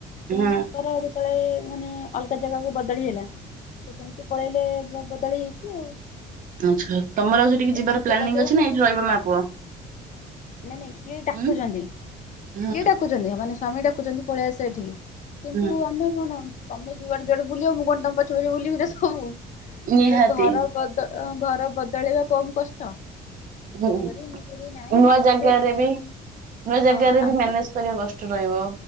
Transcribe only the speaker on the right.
ହୁଁ ହୁଁ।
ଆଛା ତମର ଆଉ ସେଠିକ
ଯିବାର ପ୍ଲାନିଂ
ଅଛି
ନା ଏଠି ରହିବା ମା ପୁଅ?
ଉଁ ହୁଁ
ହୁଁ
ନିହାତି
ହୁଁ
ନୂଆ
ଜାଗାରେ
ବି ନୂଆ ଜାଗାରେ
ବି ମ୍ୟାନେଜ କରିବା କଷ୍ଟ ରହିବ।